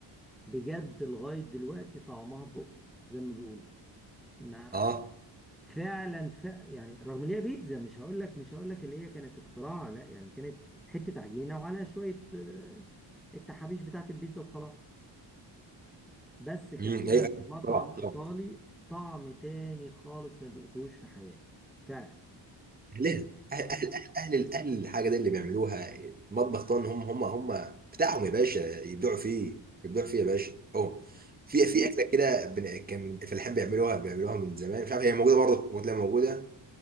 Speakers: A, in the centre; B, on the right.
A: بجد لغايه دلوقتي طعمها بقي زي ما بيقولوا ما
B: اه
A: فعلا ف... يعني رغم ان هي بيتزا مش هقول لك مش هقول لك اللي هي كانت اختراع لا يعني كانت حته عجينه وعليها شويه آه، التحابيش بتاعت البيتزا وخلاص بس كلتها
B: امم ايوه
A: من مطعم
B: طبعا طبعا
A: ايطالي طعم تاني خالص ما دقتهوش في حياتي فعلا
B: اهلها اهل اهل اهل اهل أهل الحاجه دي اللي بيعملوها المطبخ طبعا هم هم هم بتاعهم يا باشا يبدعوا فيه يبدعوا فيه يا باشا اهو في في اكله كده بن- كان الفلاحين بيعملوها بيعملوها من زمان مش عارف هي موجوده برضه ممكن تلاقيها موجوده